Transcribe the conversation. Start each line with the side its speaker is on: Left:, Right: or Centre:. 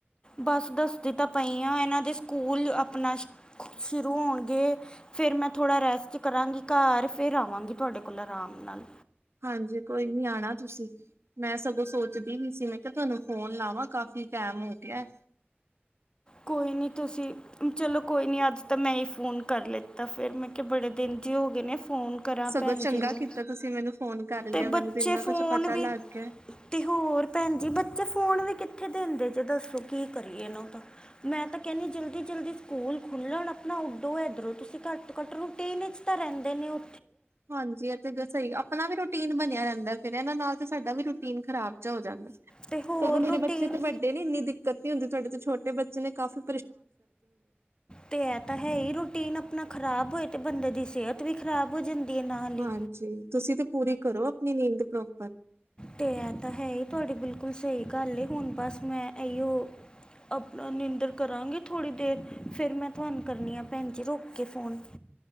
Left: ਬਸ ਦੱਸਦੀ ਤਾਂ ਪਈ ਆ ਇਹਨਾਂ ਦੇ ਸਕੂਲ ਆਪਣਾ ਸ਼ੁਰੂ ਹੋਣਗੇ ਫੇਰ ਮੈਂ ਥੋੜਾ ਰੈਸਟ ਕਰਾਂਗੀ ਘਰ ਫ਼ਿਰ ਆਵਾਂਗੀ ਤੁਹਾਡੇ ਕੋਲ ਆਰਾਮ ਨਾਲ
Right: ਹਾਂਜੀ ਕੋਈ ਨੀ ਆਣਾ ਤੁਸੀਂ ਮੈਂ ਸਗੋਂ ਸੋਚਦੀ ਵੀ ਸੀ ਮੈਂ ਕਿਹਾ ਤੁਹਾਨੂੰ ਫੋਨ ਲਾਵਾਂ ਕਾਫੀ ਟੈਮ ਹੋ ਗਿਆ
Left: ਕੋਈ ਨੀ ਤੁਸੀਂ ਚਲੋ ਕੋਈ ਨੀ ਅੱਜ ਤਾਂ ਮੈਂ ਹੀ ਫੋਨ ਕਰ ਲਿੱਤਾ ਫਿਰ ਮੈਂ ਕਿਹਾ ਬੜੇ ਦਿਨ ਜੀ ਹੋ ਗਏ ਨੇ। ਫੋਨ ਕਰਾਂ
Right: ਸਗੋਂ
Left: ਭੈਣ
Right: ਚੰਗਾ
Left: ਜੀ ਨੂੰ
Right: ਕੀਤਾ ਤੁਸੀਂ ਮੈਨੂੰ ਫੋਨ ਕਰ ਲਿਆ
Left: ਤੇ
Right: ਮੈਨੂੰ
Left: ਬੱਚੇ
Right: ਇੰਨਾ ਕੁਛ
Left: ਫੋਨ
Right: ਪਤਾ
Left: ਵੀ
Right: ਲੱਗ ਗਿਆ
Left: ਤੇ ਹੋਰ ਭੈਣ ਜੀ ਬੱਚੇ ਫੋਨ ਵੀ ਤੇ ਕਿੱਥੇ ਦਿੰਦੇ ਦੱਸੋ ਕੀ ਕਰੀਏ ਉਹਦਾ ਮੈਂ ਤਾਂ ਕਹਿੰਦੀ ਜਲਦੀ ਜਲਦੀ ਸਕੂਲ ਖੁੱਲਣ ਆਪਣਾ ਉੱਡੋ ਇੱਧਰੋਂ ਤੁਸੀਂ ਘੱਟ ਤੋਂ ਘੱਟ ਰੂਟੀਨ ਚ ਤਾਂ ਰਹਿੰਦੇ ਨੀ ਓ।
Right: ਹਾਂਜੀ ਇਹ ਸਹੀ ਆਪਣਾ ਵੀ ਰੂਟੀਨ ਬਣਿਆ ਰਹਿੰਦਾ ਫੇਰ ਇਹਨਾਂ ਨਾਲ ਤੇ ਸਾਡਾ ਵੀ ਰੂਟੀਨ ਖਰਾਬ ਜਾ ਹੋ ਜਾਂਦਾ।
Left: ਤੇ ਹੋਰ
Right: ਸਗੋਂ ਮੇਰੇ
Left: ਰੂਟੀਨ
Right: ਬੱਚੇ ਤੇ ਵੱਡੇ ਨੇ ਇੰਨੀ ਦਿੱਕਤ ਨੀ ਹੁੰਦੀ ਤੁਹਾਡੇ ਛੋਟੇ ਬੱਚੇ ਨੇ ਕਾਫੀ
Left: ਤੇ ਇਹ ਤਾਂ ਹੈ ਹੀ ਰੂਟੀਨ ਆਪਣਾ ਖ਼ਰਾਬ ਹੋਏ ਤੇ ਬੰਦੇ ਦੀ ਸਿਹਤ ਵੀ ਖ਼ਰਾਬ ਹੋ ਜਾਂਦੀ। ਹੈ ਨਾਲ ਹੀ
Right: ਹਾਂਜੀ ਤੁਸੀਂ ਤੇ ਪੂਰੀ ਕਰੋ ਆਪਣੀ ਨੀਂਦ ਪ੍ਰੋਪਰ
Left: ਤੇ ਇਹ ਤਾਂ ਹੈ ਹੀ ਤੁਹਾਡੀ ਬਿਲਕੁਲ ਸਹੀ ਗੱਲ ਹੁਣ ਬਸ ਮੈਂ ਇਹੀਓ ਆਪਣਾ ਨਿੰਦਰ ਕਰਾਂਗੀ ਥੋੜ੍ਹੀ ਦੇਰ ਫਿਰ ਮੈਂ ਤੁਹਾਨੂੰ ਕਰਨੀ ਆ ਭੈਣ ਜੀ ਰੋਕ ਕੇ ਫੋਨ